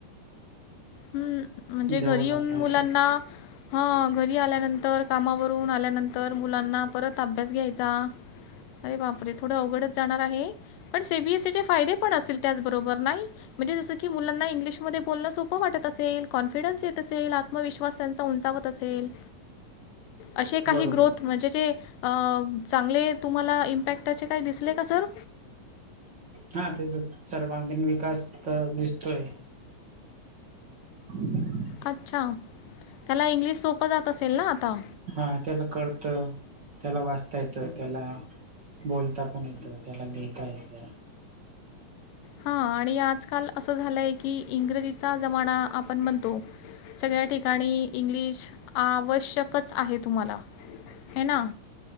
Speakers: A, on the left (about 80°); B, on the right (about 45°).
A: हम्म, म्हणजे
B: घ्यावं
A: घरी
B: लागलं
A: येऊन
B: आहे
A: मुलांना.
B: तेच
A: हा घरी आल्यानंतर कामावरून, आल्यानंतर मुलांना परत अभ्यास घ्यायचा. अरे बापरे थोडं, अवघडच जाणार आहे. पण सेबीएससीचे फायदे पण असेल. त्याचबरोबर नाही म्हणजे, जसं की मुलांना इंग्लिशमध्ये बोलणं सोपं प वाटत असेल. कॉन्फिडन्स येत असेल, आत्मविश्वास त्यांचा उंचावत असेल. असे काही
B: बरोबर
A: ग्रोथ म्हणजे, जे चांगले तुम्हाला इम्पॅक्ट. त्याचे काय दिसले का सर.
B: हा, तेचा सर्वांगीण विकास तर दिसतोय. <inaudible>
A: अच्छा, त्याला इंग्लिश सोपं जात असेल ना आता.
B: हा त्याला कळत त्याला वाचता येत त्याला. बोलता पण येत, त्याला लिहता येत.
A: हा, आणि आजकाल असं झालंय की. इंग्रजीचा जमाना आपण म्हणतो, सगळ्या ठिकाणी. इंग्लिश आवश्यकच आहे तुम्हाला हे ना.